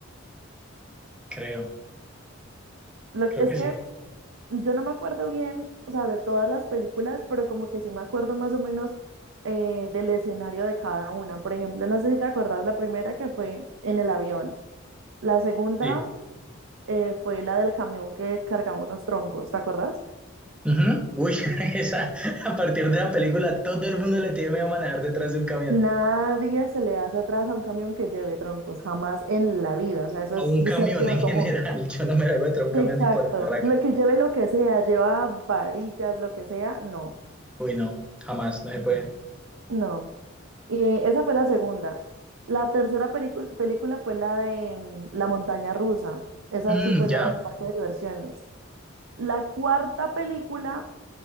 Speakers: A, in the centre; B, on the right.
A: creo.
B: Lo
A: Creo
B: que es
A: que
B: que
A: sí.
B: yo no me acuerdo bien, o sea, de todas las películas, pero como que sí me acuerdo más o menos eh, del escenario de cada una. Por ejemplo, no sé si te acuerdas la primera que fue en el avión. La segunda
A: Sí.
B: eh, fue la del camión que cargaba unos troncos, ¿te acuerdas?
A: Ujú. Uy, <laughs> esa, a partir de la película todo el mundo le tiene a manejar detrás de un camión,
B: Nadie se le hace atrás a un camión que lleve troncos, jamás en la vida. O sea, eso
A: a
B: es
A: un
B: de
A: camión
B: sentido
A: en general.
B: común.
A: <laughs> Yo no me la voy a traer un camión
B: Exacto,
A: ni por el barraco.
B: lo que lleve lo que sea, lleva varillas, lo que sea, no,
A: Uy, no, jamás, no se puede.
B: no. Y eh, esa fue la segunda. La tercera pericu- película fue la de mm, La montaña rusa, esa
A: Mm,
B: sí fue la
A: ya.
B: del parque de diversiones. La cuarta película